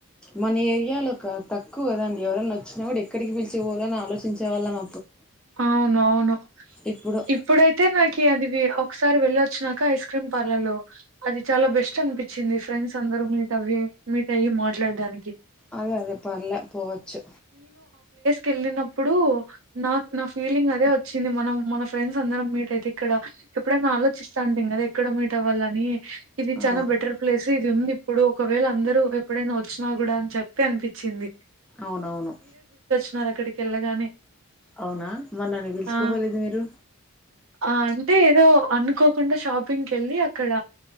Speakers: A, in the centre; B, on the right.
A: మన ఏరియాలో ఒక తక్కువ కదండి ఎవరన్నా వచ్చినా కూడా ఎక్కడికి పిలిచిపోవాలని ఆలోచించే వాళ్ళము
B: అవును అవును
A: ఇప్పుడు
B: ఇప్పుడైతే నాకి అది వి ఒకసారి వెళ్లోచ్చినాక ఐస్ క్రీమ్ పార్లరు అది చాలా బెస్ట్ అనిపించింది ఫ్రెండ్స్ అందరు మీట్ అవ్వి మీట్ అయ్యి మాట్లాడడానికి
A: అదే అదే పర్లే పోవచ్చు
B: కెళ్ళినప్పుడు నా నా ఫీలింగ్ అదే వచ్చింది మనం మన ఫ్రెండ్స్ అందరం మీట్ అయితే ఇక్కడ ఎప్పుడైనా ఆలోచిస్తాటిమి కదా ఎక్కడ క్కడ మీట్ అవ్వాలని ఇది
A: ఆ
B: చాలా బెటర్ ప్లేస్ ఇది ఉంది ఇప్పుడు ఒకవేళ అందరూ ఎప్పుడైనా వచ్చిన కూడా అని చెప్పి అనిపించింది
A: అవునవును
B: న్నారు అక్కడికి వెళ్లగానే
A: అవునా మరి నన్ను పిలుచుకోపోలేదు
B: ఆ
A: మీరు
B: ఆ అంటే ఏదో అనుకోకుండా షాపింగ్ కి వెళ్లి అక్కడ